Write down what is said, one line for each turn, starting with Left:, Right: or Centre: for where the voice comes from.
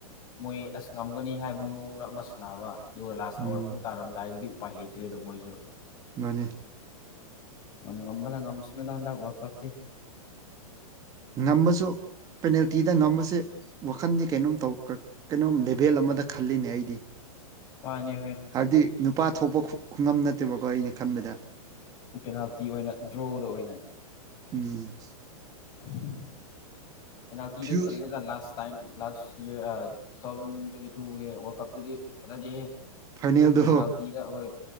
Left: ꯃꯣꯏ ꯑꯁ ꯉꯝꯒꯅꯤ ꯍꯥꯏꯕ ꯃꯑꯣꯡꯗ ꯑꯃꯨ ꯁꯅꯥꯕ ꯑꯗꯨꯒ ꯂꯥꯁ ꯑꯋꯥꯔ
Right: ꯎꯝ
Left: ꯄꯨꯡ ꯇꯥꯔꯝꯗꯥꯏꯗꯗꯤ ꯎꯄꯥꯏ ꯂꯩꯇ꯭ꯔꯦꯗꫭ ꯃꯣꯏꯁꯨ꯫
Right: ꯃꯥꯅꯤ꯫
Left: ꯉꯝ ꯉꯝꯕꯅ ꯉꯝꯁꯅꯨꯗ ꯍꯟꯗꯛ ꯋꯜꯀꯞꯇꯤ꯫
Right: ꯉꯝꯕꯁꯨ ꯄꯦꯅꯥꯜꯇꯤꯗ ꯉꯝꯕꯁꯦ꯫ ꯋꯥꯈꯟꯗꯤ ꯀꯩꯅꯣꯝ ꯇꯧ ꯀ ꯀꯩꯅꯣꯝ ꯂꯦꯚꯦꯜ ꯑꯃꯗ ꯈꯜꯂꯤꯅꯦ ꯑꯩꯗꯤ꯫
Left: ꯃꯥꯅꯦ ꯍꯣꯏ꯫
Right: ꯍꯥꯏꯕꯗꯤ ꯅꯨꯄꯥ ꯊꯣꯛꯄ ꯈꯨ ꯈꯨꯉꯝ ꯅꯠꯇꯦꯕꯀꯣ ꯑꯩꯅ ꯈꯟꯕꯗ꯫
Left: ꯄꯦꯅꯥꯜꯇꯤ ꯑꯣꯏꯅ ꯗ꯭ꯔꯣꯗ ꯑꯣꯏꯅ꯫
Right: ꯎꯝ
Left: <unintelligible> ꯄꯦꯅꯥꯜꯇꯤꯗ
Right: ꯐꯤꯜ
Left: ꯇꯂꯦꯗ ꯂꯥꯁ ꯇꯥꯏꯝ ꯂꯥꯁ ꯌꯔ ꯑ ꯇꯨ ꯊꯥꯎꯖꯟ ꯇ꯭ꯋꯦꯟꯇꯤ ꯇꯨꯒꯤ ꯋꯥꯔꯜ ꯀꯞꯇꯨꯗꯤ ꯐꯖꯗꯦꯍꯦ꯫
Right: ꯐꯥꯏꯅꯦꯜꯗꯣ
Left: ꯄꯦꯅꯥꯜꯇꯤꯗ ꯍꯣꯏ